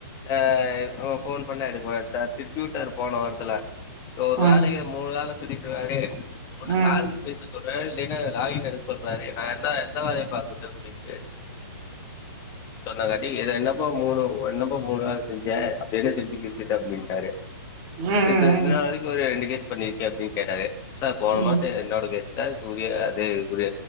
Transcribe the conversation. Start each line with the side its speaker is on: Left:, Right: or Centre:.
Left: ஆ போன் பண்ண எடுக்க மாட்டா திட்டி விட்டார் போன வாரத்ல ஒரு
Right: ம்
Left: வேலக்கு மூ வேல திட்டுவாரு ஒரு
Right: ம்
Left: கால் சொல்றாரு இல்லைன்னா லாகின் எடுக்க சொல்றாரு நா என்ன எந்த வேலைய பாக்கட்டு அப்டின்ட்டு சொன்னங்காட்டி இத என்னப்பா மூணு என்னப்பா மூணு வேல செஞ்ச அப்டி என்ன செஞ்சி கிழிச்சிட்ட அப்டின்ட்டாரு
Right: ம் ம்
Left: இது இது
Right: ம்
Left: நாள் வரைக்கு ஒரு ரெண்டு கேஸ் பண்ணிருக்க அப்டி கேட்டாரு சார் போன மாச
Right: ம்
Left: என்னோட் எக்ஸ்ட்ராக்கு உரிய அது ஒரு